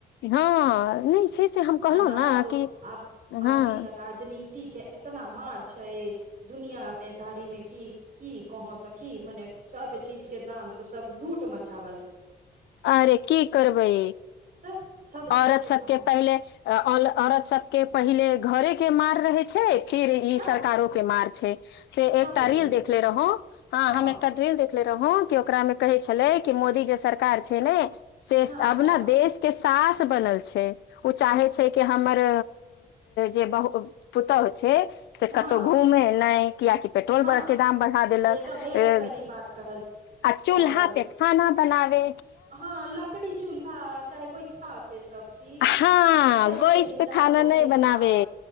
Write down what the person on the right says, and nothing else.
आ न
तो
आब अभी
तऽ राजनीति के एतना मार छै दुनिया में धारी में की की कह सखी मने सब चीज के दाम तो सब लूट मे चावल
तऽ सब
चीज के दाम
तऽ
सब
देने
हँ
हँ
हँ
हँ
हँ
एकदम एक सही बात कहल
कह रहल
हँ लकड़ी चूल्हा चाहे गोइठा पे सखी
गैस
के भी
दाम
वही
हाल